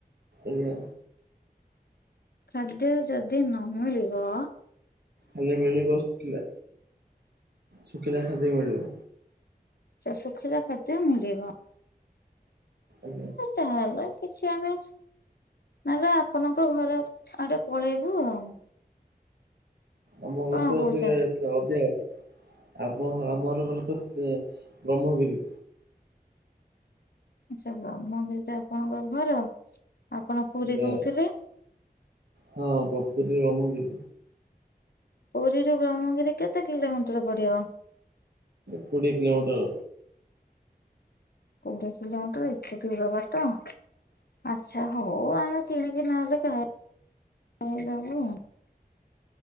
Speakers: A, on the right; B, on the left.
A: ଆଜ୍ଞା।
B: ଖାଦ୍ୟ ଯଦି ନ ମିିଳିବ
A: ଖାଲି ମିଳିବ ଶୁଖିଲା, ଶୁଖିଲା ଖାଦ୍ୟ ମିଳିବ।
B: ସେ ଶୁଖିଲା ଖାଦ୍ୟ ମିଳିବ।
A: ଆଜ୍ଞା।
B: ତାହେଲେ କିଛି ଆମେ ନହେଲେ ଆପଣଙ୍କ ଘର ଆଡେ ପଳେଇବୁ ଆଉ।
A: ଆମ
B: କଣ
A: ଘର ତ
B: କହୁଛନ୍ତି?
A: ଟିକେ ଅଧିକା ବାଟ। ଆପଣ, ଆମର ଘର ତ ବ୍ରହ୍ମଗିରି।
B: ଆଛା ବ୍ରହ୍ମଗିରିରେ ଆପଣଙ୍କ ଘର? ଆପଣ ପୁରୀ
A: ଆଜ୍ଞା
B: କହୁଥିଲେ?
A: ହଁ ବପୁରୀ ଅମରି
B: ପୁରୀରୁ ବ୍ରହ୍ମଗିରି କେତେ କିଲୋମିଟର ପଡିବ?
A: କୋଡ଼ିଏ କିଲୋମିଟର।
B: କୋଡିଏ କିଲୋମିଟର ଏତେ ଦୂର ବାଟ? ଆଚଛା ହଉ ଆମେ କିଣିକି ନହେଲେ କା ଖାଇଦେବୁ।